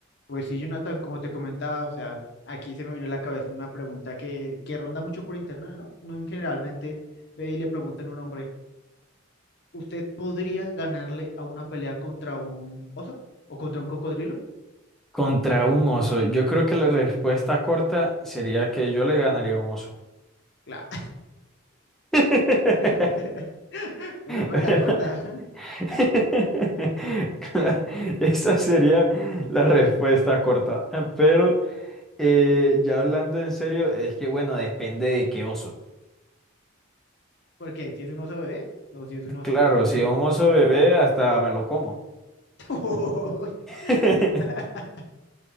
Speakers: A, on the left; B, in the centre.
A: Pues sí, Jonathan, como te comentaba, o sea, aquí se me viene a la cabeza una pregunta que, que ronda mucho por internet, ¿no? Uno generalmente ve y le preguntan a un hombre, ¿usted podría ganarle a una pelea contra un oso o contra un cocodrilo?
B: Contra un oso. Yo creo que la respuesta corta sería que yo le ganaría a un oso.
A: Claro.
B: <laughs>
A: <laughs> Menos mal
B: Pero-
A: la corta.
B: <laughs>
A: <laughs>
B: Esa sería la respuesta corta. Pero eh, ya hablando en serio, es que bueno, depende de qué oso.
A: Porque si es un oso bebé o si es un oso
B: Claro,
A: muy
B: si
A: grande.
B: es un oso bebé, hasta me lo como.
A: <laughs>
B: <laughs>